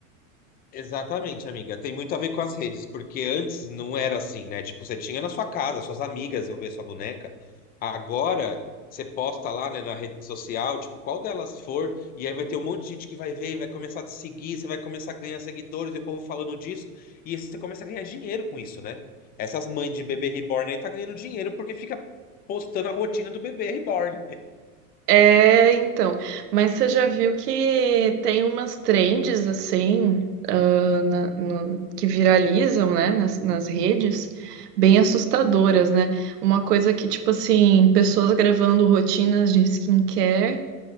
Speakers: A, on the left (about 20°); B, on the right (about 85°).
A: Exatamente, amiga. Tem muito a ver com as redes, porque antes não era assim, né? Tipo, você tinha na sua casa, suas amigas iam ver sua boneca. Agora, você posta lá, né, na rede social, tipo, qual delas for, e aí vai ter um monte de gente que vai ver e vai começar a te seguir, você vai começar a ganhar seguidores e o povo falando disso, e você começa a ganhar dinheiro com isso, né? Essas mães de bebê reborn aí tá ganhando dinheiro porque fica postando a rotina do bebê reborn.
B: É, então, mas você já viu que tem umas trends assim, ah, na- no- que viralizam, né, nas, nas redes, bem assustadoras, né? Uma coisa que, tipo assim, pessoas gravando rotinas de skincare